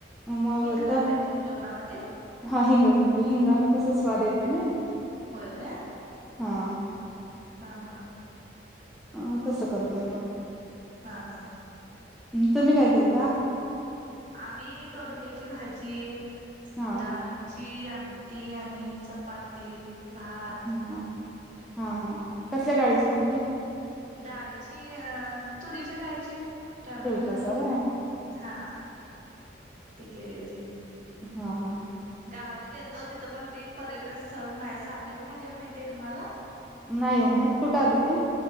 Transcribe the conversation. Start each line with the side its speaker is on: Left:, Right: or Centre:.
Centre: मग
Right: हिंग घालताय
Centre: तस
Right: तुम्ही जेवणामध्ये
Centre: हा हिंग घालतो हिंगान तसा स्वाद येत- त्याने
Right: होय काय
Centre: हां
Right: हा हा
Centre: हा तसं करते मग
Right: हा हा
Centre: हम् तुम्ही काय केलता
Right: आम्ही दोडक्याची भाजी
Centre: हा
Right: डाळीची आम मटी आणि चपाती भात
Centre: हा हा हा हा कसल्या डाळीची आमटी
Right: डाळीची अ तुरीच्या डाळीची टोमॅटो
Centre: केलतासा
Right: घालून
Centre: व्हय
Right: हा ती केलेली
Centre: हा हा
Right: गावाला गेलतो तिथं पण ते एक पर्यटन स्थळ आहे सातेज महादेव माहित आहे तुम्हाला
Centre: नाही हो माहित कुठं आल ते